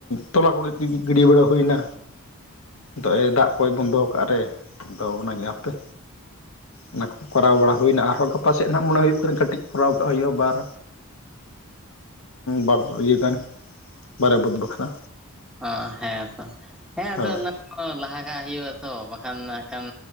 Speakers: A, on the left; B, in the centre.
A: ᱛᱚᱞᱟ ᱠᱚᱜᱮ ᱜᱤᱰᱤ ᱵᱟᱲᱟ ᱦᱩᱭᱱᱟ ᱱᱤᱛᱚᱜ ᱫᱟᱜ ᱠᱚᱭ ᱵᱚᱱᱫᱚ ᱠᱟᱜ ᱨᱮ ᱟᱫᱚ ᱚᱱᱟᱜᱮ ᱦᱟᱯᱮ ᱚᱱᱟ ᱠᱚ ᱠᱚᱨᱟᱣ ᱵᱟᱲᱟ ᱦᱩᱭᱱᱟ ᱟᱨᱦᱚᱸ ᱜᱟᱯᱟ ᱥᱮᱫ ᱱᱟᱸᱜ ᱢᱚᱱᱮ ᱦᱩᱭᱩᱜ ᱠᱟᱹᱴᱤᱡ ᱠᱚᱨᱟᱣ ᱠᱟᱜ ᱦᱩᱭᱩᱜ-ᱟ ᱵᱟᱨ ᱵᱟᱨ ᱤᱭᱟᱹ ᱜᱟᱱ ᱵᱟᱨᱭᱟ ᱵᱟᱹᱫᱽ ᱵᱟᱠᱷᱨᱟ
B: ᱚ ᱦᱮᱸᱛᱚ ᱦᱮᱸ ᱟᱫᱚ
A: ᱦᱳᱭ
B: ᱚᱱᱟ ᱦᱚᱸ ᱞᱟᱦᱟ ᱠᱟᱜ ᱦᱩᱭᱩᱜ-ᱟ ᱛᱚ ᱵᱟᱠᱷᱟᱱ ᱟᱜᱠᱷᱟᱱ